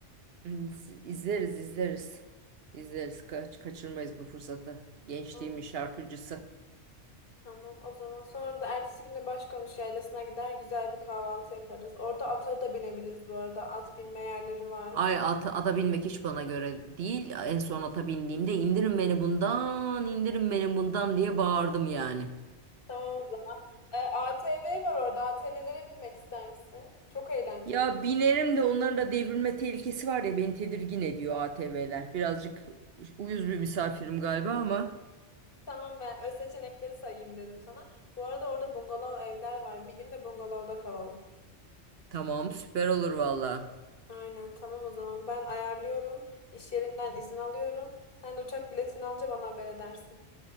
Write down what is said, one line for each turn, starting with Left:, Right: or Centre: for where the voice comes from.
Right: Hmm, s- İzleriz izleriz. İzleriz. Kaç kaçırmayız bu fırsatı. Gençliğimin
Left: Tamam.
Right: şarkıcısı.
Left: Tamam o zaman sonra da ertesi gün de Başkonuş Yaylası'na gider güzel bir kahvaltı yaparız. Orada ata da binebiliriz bu arada. At binme yerleri var.
Right: Ay ata, ata binmek hiç bana göre değil. En son ata bindiğimde indirin beni bundan, indirin beni bundan diye bağırdım yani.
Left: Tamam o zaman. E, ATV var orada. ATV'lere binmek ister misin? Çok eğlenceli.
Right: Ya binerim de onların da devrilme tehlikesi var ya beni tedirgin ediyor ATV'ler. Birazcık uyuz bir misafirim galiba ama
Left: Tamam ben öz seçenekleri sayayım dedim sana. Bu arada orada bungalov evler var. Bir gün de bungalovda kalalım.
Right: tamam süper olur valla.
Left: Aynen tamam o zaman ben ayarlıyorum. İş yerinden izin alıyorum. Sen de uçak biletini alınca bana haber edersin.